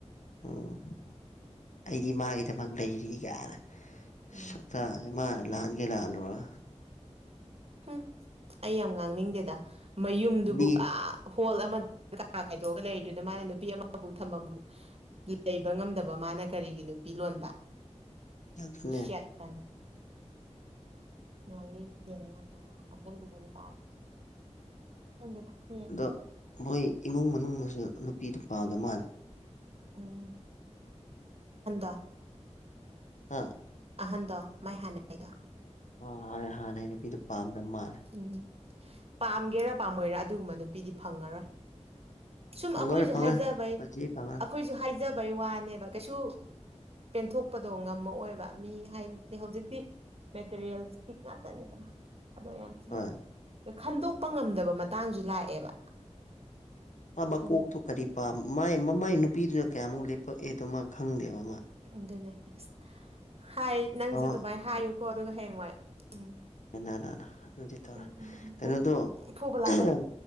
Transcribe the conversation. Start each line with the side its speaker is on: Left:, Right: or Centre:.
Left: ꯎꯝ ꯑꯩꯗꯤ ꯃꯥꯒꯤꯗꯃꯛ ꯂꯩꯔꯤ ꯒꯥꯢꯅ
Right: ꯎꯝ
Left: ꯁ ꯑꯥ ꯃꯥ ꯂꯍꯟꯒꯦ ꯂꯥꯛꯍꯜꯂꯨꯔ
Right: ꯎꯝ ꯑꯩ ꯌꯥꯝ ꯉꯥꯡꯅꯤꯡꯗꯦꯗ ꯃꯌꯨꯝꯗꯨꯕꯨ
Left: ꯀꯨꯂꯤ
Right: ꯑꯥ ꯍꯣꯜ ꯑꯃ ꯀꯥ ꯈꯥꯏꯗꯣꯛꯑꯒ ꯂꯩꯔꯤꯗꯨꯅ ꯃꯥꯅ ꯅꯨꯄꯤ ꯑꯃꯕꯨ ꯊꯝꯐꯝꯕꯨ ꯗꯨꯠ ꯂꯩꯕ ꯉꯝꯗꯕ ꯃꯥꯅ ꯀꯔꯤꯒꯤ ꯅꯨꯄꯤ ꯂꯣꯟꯕ
Left: ꯌꯥꯝꯐꯨꯅꯦ
Right: ꯒ꯭ꯌꯥꯟ ꯇꯥꯏ ꯉꯥꯡꯅꯤꯡꯗꯦꯕ ꯌꯥꯝꯅ ꯃꯥ ꯑ ꯃꯣꯏꯒꯨꯝꯕ ꯅꯨꯄꯥ ꯈꯪꯗꯦꯗ ꯍꯌꯦꯡ
Left: ꯗꯣ ꯃꯣꯏ ꯏꯃꯨꯡ ꯃꯅꯨꯡꯅꯁꯨ ꯅꯨꯄꯤꯗꯨ ꯄꯥꯝꯗ ꯃꯥꯜꯂꯦ
Right: ꯎꯝ <unintelligible> ꯑꯍꯟꯗꯣ
Left: ꯍꯥꯥ
Right: ꯑꯍꯟꯗꯣ ꯃꯥꯏ ꯍꯥꯟꯅꯉꯥꯏꯗꯣ
Left: ꯑꯥ ꯍꯣꯏ ꯍꯥꯟꯅꯩ ꯅꯨꯄꯤꯗꯣ ꯄꯥꯝꯗ ꯃꯥꯜꯂꯦ
Right: ꯎꯝ ꯄꯥꯝꯒꯦꯔꯥ ꯄꯥꯝꯃꯣꯏꯔ ꯑꯗꯨꯒꯨꯝꯕ ꯅꯨꯄꯤꯗꯤ ꯐꯪꯉꯔꯣꯏ ꯁꯨꯝ
Left: ꯐꯪꯉꯔꯣꯏ
Right: ꯑꯩꯈꯣꯏꯖꯨ
Left: ꯐꯪꯉꯔꯣꯏ
Right: ꯍꯥꯏꯖꯕꯩ ꯑꯩꯈꯣꯏꯖꯨ
Left: ꯄꯨꯟꯁꯤ ꯐꯪꯉꯔꯣꯏ
Right: ꯍꯥꯏꯖꯕꯩ ꯋꯥꯅꯦꯕ ꯀꯩꯁꯨ ꯄꯦꯟꯊꯣꯛꯄꯗꯣ ꯉꯝꯃꯑꯣꯏꯕ ꯃꯤ ꯍꯥꯏꯔꯗꯤ ꯍꯧꯖꯤꯛꯇꯤ ꯃꯦꯇꯔꯤꯌꯦꯜ ꯏꯁꯇꯤꯛ ꯉꯥꯛꯇꯅꯤꯗꯅ ꯑꯗꯣ ꯌꯥꯝ
Left: ꯍꯣꯏ
Right: <inaudible> ꯈꯟꯗꯣꯛꯄ ꯉꯝꯗꯕ ꯃꯇꯥꯡꯖꯨ ꯂꯥꯛꯑꯦꯕ
Left: ꯃꯥ ꯃꯀꯣꯛꯇꯣ
Right: ꯈꯟ
Left: ꯀꯔꯤ ꯄꯥꯝ ꯃꯥꯏ ꯃꯃꯥꯏ ꯅꯨꯄꯤꯗꯨꯅ ꯀꯌꯥꯃꯨꯛ ꯂꯦꯞꯄꯛꯑꯦ ꯗꯣ ꯃꯥ ꯈꯪꯗꯦꯕ ꯃꯥ
Right: ꯎꯝ ꯑꯗꯨꯅꯦ ꯑꯁ ꯍꯥꯏ ꯅꯪꯁꯨ
Left: ꯃꯃꯥ
Right: ꯑꯗꯨꯃꯥꯏ ꯍꯥꯏꯌꯨꯀꯣ ꯑꯗꯨꯒ ꯍꯌꯦꯡꯋꯥꯏ ꯎꯝ
Left: ꯑꯅꯅꯅ ꯑꯗꯨꯗꯤ ꯇꯧꯔꯦꯏ
Right: ꯎꯝ ꯎꯝ ꯎꯝ
Left: ꯀꯩꯅꯣꯗꯣ
Right: ꯎꯝ ꯐꯨꯕ ꯂꯥꯛꯀꯅꯤ
Left: ꯑꯍꯝ